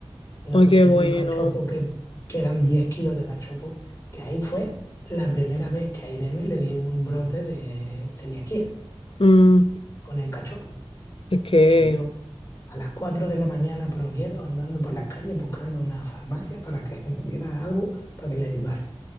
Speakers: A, on the left; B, on the left.
A: y nos
B: Ay,
A: pusieron
B: qué bueno.
A: un cachopo que, que eran 10 kilos de cachopo, que ahí fue la primera vez que a Irene le dio un brote de celiaquía
B: Mm,
A: con el cachopo.
B: es que
A: Y yo a las 4 de la mañana por Oviedo andando por las calles buscando una farmacia para que <laughs> me diera algo para que le ayudara.